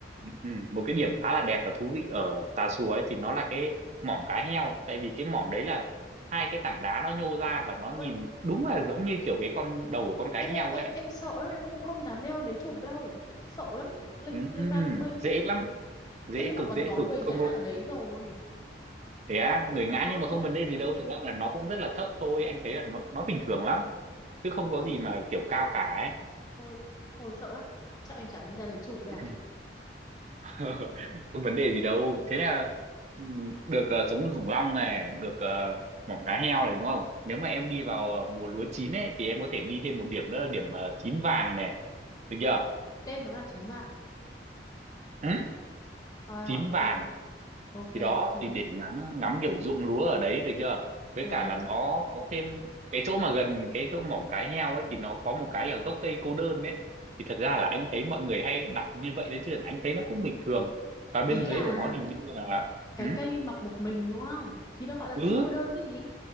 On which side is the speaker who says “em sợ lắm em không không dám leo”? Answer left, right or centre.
Left